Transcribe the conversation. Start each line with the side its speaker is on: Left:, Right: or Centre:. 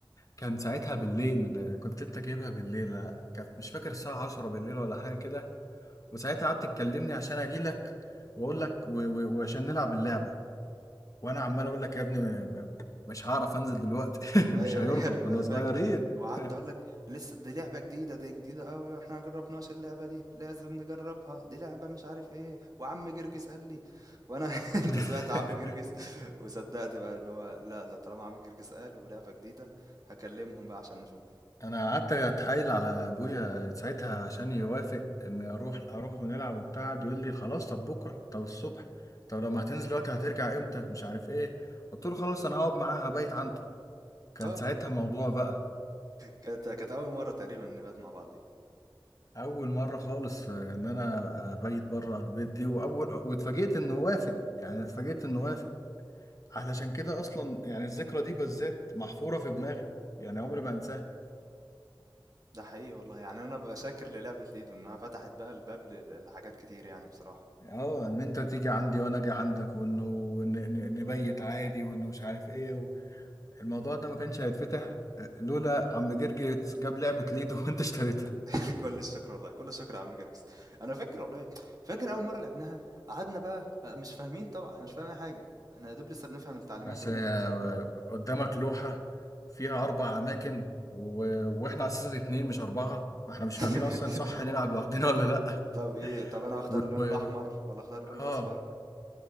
Left: كان ساعتها بالليل كنت انت جايبها بالليل كانت مش فاكر الساعه 10 بالليل ولا حاجه كده وساعتها قعدت تكلمني عشان اجيلك واقول لك و- و- وعشان نلعب اللعبه وانا عمال اقول لك يا ابني م- م- مش هعرف انزل دلوقتي <laughs>
Right: اي
Left: مش هيرضوا
Right: اي <laughs> انا
Left: كنا
Right: انا
Left: صغيرين
Right: فاكر وقعدت
Left: <laughs>
Right: اقول لك لسه دي لعبه جديده دي جديده قوي احنا ما جربناش اللعبه دي لازم نجربها دي لعبه مش عارف ايه وعم جرجس قال لي وانا <laughs> انت
Left: <laughs>
Right: سمعت عم جرجس وصدقت بقى ان هو لا ده طالما عم جرجس قال ولعبه جديده هكلمهم بقى عشان نشوف
Left: انا قعدت اتحايل على ابويا ساعتها عشان يوافق ان اروح اروح ونلعب وبتاع قعد يقول لي خلاص طب بكره طب الصبح طب لما هتنزل دلوقتي هترجع امتى مش عارف ايه قلت له خلاص انا هقعد معاها هبيت عنده كان
Right: اه
Left: ساعتها موضوع بقى
Right: كانت كانت اول مره تقريبا نبات مع بعض
Left: اول مره خالص آه، ان انا ابيت بره البيت دي واول واتفاجئت انه وافق يعني اتفاجئت انه وافق علشان كده اصلا يعني الذكرى دي بالذات محفوره في دماغي يعني عمري ما انساها
Right: ده حقيقي والله يعني انا ببقى شاكر للعبة ليدو انها فتحت بقى الباب ل- لحاجات كتير يعني بصراحة
Left: اه ان انت تيجي عندي وانا اجي عندك وانه ن- ن- نبيت عادي وانه مش عارف ايه و... الموضوع ده ما كانش هيتفتح لولا عم جرجي جاب لعبة ليدو <laughs> وانت اشتريتها
Right: <laughs> كل الشكر والله كل الشكر يا عم جيركس انا فاكر والله فاكر اول مرة لعبناها قعدنا بقى آه، مش فاهمين طبعا احنا مش فاهمين اي حاجة احنا يا دوب لسه بنفهم التعليمات
Left: بس
Right: وبنفهم
Left: آه،
Right: مش عارف ايه
Left: قدامك لوحة فيها اربع اماكن و... واحنا اساسا اتنين مش اربعة واحنا مش
Right: <laughs>
Left: فاهمين اصلا صح نلعب لوحدنا <laughs> ولا لا
Right: طب ايه طب انا هختار
Left: و...
Right: اللون
Left: و...
Right: الاحمر ولا اختار اللون
Left: اه
Right: الاصفر